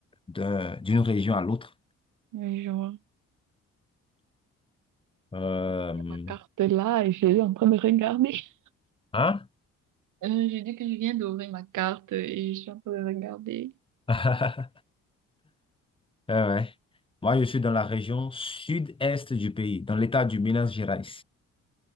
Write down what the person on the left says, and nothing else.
d'un- d'une région à l'autre.
Euh,
hein?
<laughs> Ouais, ouais. Moi, je suis dans la région sud-est du pays, dans l'état du Minas Gerais.